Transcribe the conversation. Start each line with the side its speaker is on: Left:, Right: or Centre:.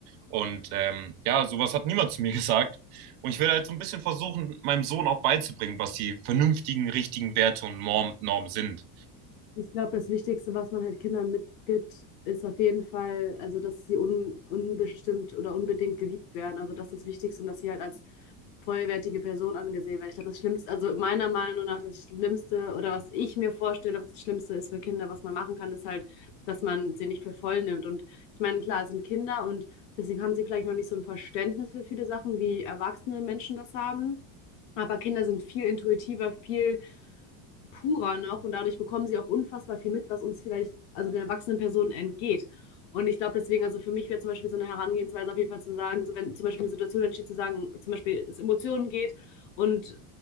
Right: Und ähm, ja, sowas hat niemand zu mir <laughs> gesagt. Und ich will halt so ein bisschen versuchen, meinem Sohn auch beizubringen, was die vernünftigen, richtigen Werte und Normen sind.
Left: Ich glaube, das Wichtigste, was man halt Kindern mitgibt, ist auf jeden Fall, also dass sie un unbestimmt oder unbedingt geliebt werden. Also das ist das Wichtigste und dass sie halt als vollwertige Person angesehen werden. Ich glaube, das Schlimmste, also meiner Meinung nach das Schlimmste oder was ich mir vorstelle, was das Schlimmste ist für Kinder, was man machen kann, ist halt, dass man sie nicht für voll nimmt. Und ich meine, klar, es sind Kinder und deswegen haben sie vielleicht noch nicht so ein Verständnis für viele Sachen, wie erwachsene Menschen das haben. Aber Kinder sind viel intuitiver, viel purer noch und dadurch bekommen sie auch unfassbar viel mit, was uns vielleicht, also den erwachsenen Personen entgeht. Und ich glaube deswegen, also für mich wäre zum Beispiel so eine Herangehensweise auf jeden Fall zu sagen, so wenn zum Beispiel eine Situation entsteht, zu sagen, zum Beispiel es Emotionen geht und